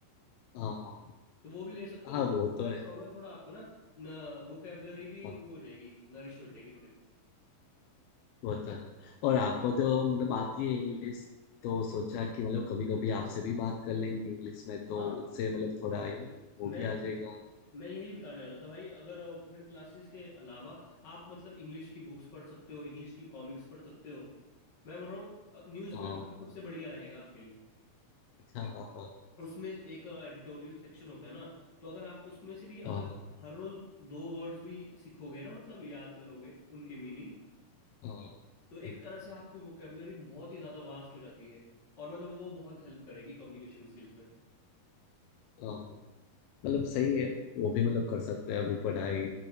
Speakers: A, on the left (about 75°); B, on the left (about 40°).
A: हाँ हाँ
B: तो वो भी ले सकते हो
A: हाँ
B: उसका
A: वो तो है
B: ऐसा होगा थोड़ा आपको ना न वोकेबलरी भी
A: हाँ
B: वो हो जाएगी नरिश हो जाएगी थोड़ी
A: वो तो है और आपको तो मतलब आती है इंग्लिश तो सोचा कि मतलब कभी कभी आपसे भी बात कर लेंगे इंग्लिश में तो
B: हाँ
A: उससे मतलब थोड़ा यू नो वो
B: मैं
A: भी आ जाएगा
B: मैं यही बताने वाला था भाई अगर अ, फिर क्लासेस के अलावा आप मतलब इंग्लिश की बुक्स पढ़ सकते हो इंग्लिश की कॉमिक्स पढ़ सकते हो मैं बोल रहा हूँ न्यूज़पेपर
A: हाँ
B: तो सबसे बढ़िया रहेगा आपके लिए
A: अच्छा हाँ हाँ
B: उसमें एक एडिटोरियल सेक्शन होता है ना तो अगर आप उसमें से भी
A: हाँ
B: अगर
A: हाँ
B: हर रोज दो वर्ड्स भी सीखोगे ना मतलब याद करोगे उनके मीनिंग
A: हाँ,
B: तो
A: हम्म,
B: एक तरह से आपकी वोकेबलरी बहुत ही ज़्यादा वास्ट हो जाती है और मतलब वो बहुत हेल्प करेगी कम्युनिकेशन स्किल्स में
A: हाँ, हाँ। मतलब सही है वो भी मतलब कर सकते हैं अभी पढ़ाई